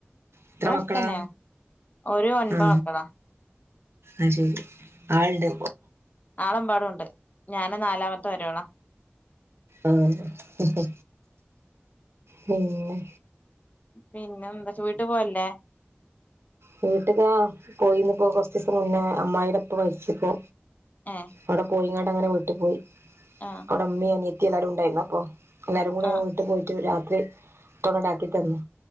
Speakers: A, on the right (about 80°); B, on the left (about 40°).
A: എത്ര
B: ഇവിടെ
A: മക്കളാ
B: അടുത്തന്നെയാ ഓര് ഒൻപത്
A: ഉ
B: മക്കളാ
A: അ ശെ ആൾട്
B: നാളെമ്പാടു ഉണ്ട് ഞാന് നാലാമത്തെ വരോളാ
A: ആഹ പിന്നെ
B: പിന്നെ എന്താച്ച വീട്ടു പോയല്ലേ
A: വീട്ടക്കാ പോയിന്ന്പ്പോ കൊറച്ച ദിവസം മുന്നേ അമ്മായിയുടെപ്പ മരിച്ചിപ്പോ
B: ഏഹ്
A: അവിടെ പോയിങ്ങാട് അങ്ങനെ വീട്ടിൽ പോയി
B: ആഹ്
A: അവിടെ അമ്മീ അനിയ എത്തിയ എല്ലാവരും ഉണ്ടായിരുന്നു അപ്പൊ നര കൂടിെ
B: ആഹ്
A: വീട്ടു പോയിട്ട് രാത്രി കൊണടാക്കി തന്നു